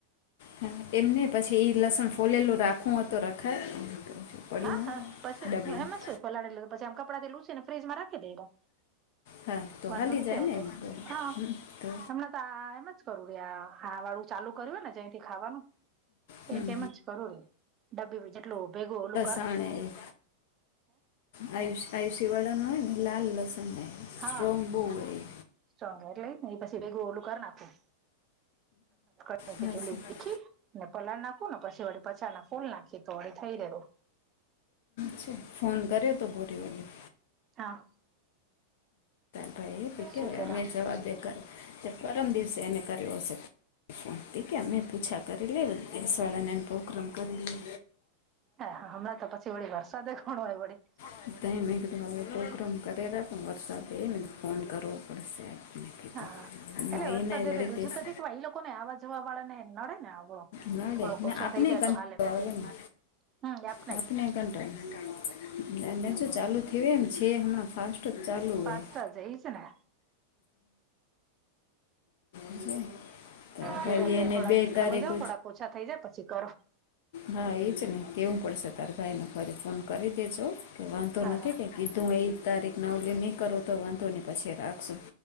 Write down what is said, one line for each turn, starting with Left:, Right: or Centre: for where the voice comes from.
Left: હા એમને પછી એઈ લસણ ફોલેલું રાખું તો રખાય. છું. પડ્યું
Right: હા
Left: હોય
Right: હા પછી
Left: ડબ્બીમાં
Right: એમાં શું પલાળ લીધું પછી આમ કપડા લૂસીને ફ્રીજમાં રાખી દેય
Left: હા તો
Right: વાંધો
Left: હાલી
Right: નથી
Left: જાય
Right: આવતો.
Left: ને એમ તો
Right: હા,
Left: હમ, તો
Right: હમણા તા એમ જ કરું રહે આ વાળું ચાલુ કર્યું ને જ્યાથી ખાવાનું તેય
Left: હમ,
Right: તેમ જ કરૂ રે ડબી જેટલું ભેગું ઓલુ
Left: તને એ આયુષ આયુષ્ય વાળા નો હોય ને લાલ લસણ હે સ્ટ્રોંગ
Right: હા
Left: બો હોય
Right: સ્ટ્રોંગ એટલે જ ને ઈ પછી ભેગું ઓલું કર નાખું. <unintelligible>
Left: એ લસણ
Right: ને પલળ નાખું ને પછી વળી પાછાના ફૂલ નાખીએ તો વળી થઈ રેરું
Left: છે ફોન કર્યો તો બોરીવલી?
Right: હા.
Left: ભાઈ એ તો કેય
Right: શું કર
Left: અમે જવાબ બેે કર કે પરમ દિવસે એને કર્યો હશે? ફો ટી કે મેં પૂછા કરી લેવું દસવાળાને એ પોગ્રામ કરી લે.
Right: હા હા, હમણાં તો પછી વળી વરસાદે કોણ હોય વળી
Left: <unintelligible> એક <unintelligible> પ્રોગ્રામ કરેલા પણ વરસાદેને ફોન કરો પડશે કીધું
Right: હા,
Left: એમાં
Right: એટલે વરસાદે
Left: એને વળી
Right: તો બીજું
Left: દેશ
Right: તો કે ઈ લોકોને આવા જવા વાળા ને નડે ને આ
Left: નડે
Right: થોડોક
Left: ને
Right: ઓછો
Left: આપણે
Right: થઈ જાય
Left: કંટાળો
Right: તો હાલે પછી
Left: આવે ને
Right: હ એ આપ
Left: <unintelligible>
Right: હમ
Left: ચાલુ થય એમ છે હમણાં ફાસ્ટ જ ચાલુ હોય
Right: પાંચટા જઈ છે ને
Left: તારા
Right: હ
Left: ભાઈ
Right: <inaudible>
Left: એને
Right: થોડાક
Left: બે
Right: બી
Left: તારીખ
Right: ખમી જઓ થોડાક ઓછા થઈ જાય પછી કરો.
Left: હા, એજ ને કેવું પડશે તારે ભાઈને ફરી ફોન કરી દેજો વાંધો
Right: હા
Left: નથી
Right: હા
Left: કઈ? કીધું એક તારીખ નવલી ની કરું તો વાંધો ની પછી રાખશું.